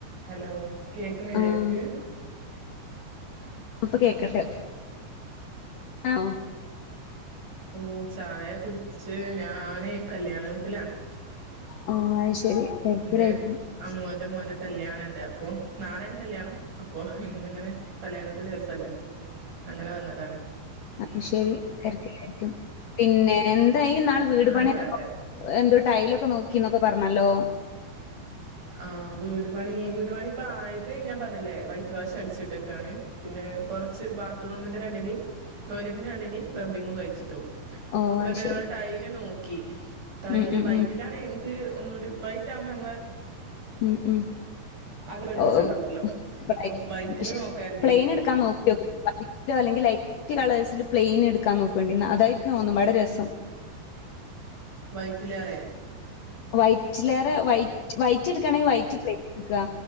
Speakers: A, on the right; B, on the left.
A: Hello കേക്ക്ന്നില്ലേ
B: ആഹ്
A: അണക്
B: ഇപ്പ കേക്ക്ൺട്ടെ ആഹ്
A: ഓ ചായ കുടിച്ച് ഞാന് കല്യാണ വീട്ടിലാണ്
B: ഓ അത് ശെരി തെരക്കിലായിരിക്കും
A: എന്റെ അമ്മോന്റെ മോന്റെ കല്യാണ ഇണ്ട് അപ്പോ നാളേണ് കല്യാണം അപ്പൊ ഇന്നിങ്ങനെ തലേന്നത്തെ ദിവസല്ലേ അങ്ങനെ വന്നതാണ്
B: അപ്പോ ശെരി തിരക്കായിരിക്കും. പിന്നെ എന്തായി ഇന്നാള് വീട്
A: ആ
B: പണി
A: അല്ല തിരക്ക്
B: എന്തോ ടൈലൊക്കെ നോക്കി എന്നൊക്കെ പറഞ്ഞല്ലോ
A: ആഹ് വീട് പണി വീട് പണി ഇപ്പ ആയത് ഞാൻ പറഞ്ഞില്ലേ വൈറ്റ് വാഷ് അടിച്ചിട്ട്ക്കാണ് പിന്നെ കൊറച്ച് ബാത്റൂമിന്റെ രണ്ടിന്റിം ടോയ്ലറ്റിന്റെ രണ്ടിന്റിം പ്ലംബിങ്ങും കഴിച്ചു ട്ടു
B: ഓ
A: ഇന്ന്ട്ട്
B: അത് ശരി
A: ഞങ്ങള് ടൈല് നോക്കി ടൈല്
B: ഉം ഉം
A: വൈറ്റിലാണെ
B: ഉം
A: ക്ക് ഒന്നൂടിം വൈറ്റ് ആകുമ്പോ നമ്മളെ
B: ഉം ഉം
A: ആകെ വെളിച്ചണ്ടാവല്ലോ
B: ഔ ഔ പ്ലെയിൻ
A: അപ്പൊ വൈറ്റില്
B: പക്ഷെ
A: നോക്കാരുതി
B: പ്ലൈന്എട് ക്കാൻ നോക്യോക്ക് വൈറ്റോ അല്ലെങ്കി ലൈറ്റോ റ്റ് കളേഴ്സില് പ്ലെയിൻ എട്ക്കാ നോക്കോണ്ടിന്നാ അതായിരിക്കും ഒന്നുപാടെ രസം
A: വൈറ്റിലേറെ
B: വൈറ്റിലേറെ വൈറ്റ് വൈറ്റ് എടുക്കുകാണെങ്കി വൈറ്റ് പ്ലറ്റ് എട്ക്കാ.